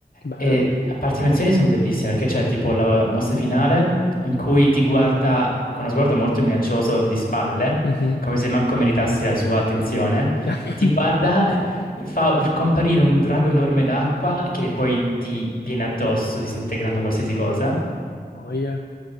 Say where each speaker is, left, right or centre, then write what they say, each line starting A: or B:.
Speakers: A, on the left; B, on the left.
A: Bello.
B: E a parte le animazioni sono bellissime perché c'è tipo la mossa finale in cui ti guarda con uno sguardo molto minaccioso di spalle,
A: Mhm.
B: come se manco meritassi la sua attenzione,
A: <laughs>
B: e ti guarda, fa us- comparire un drago enorme d'acqua che poi ti viene addosso disintegrando qualsiasi cosa.
A: Oh, yeah.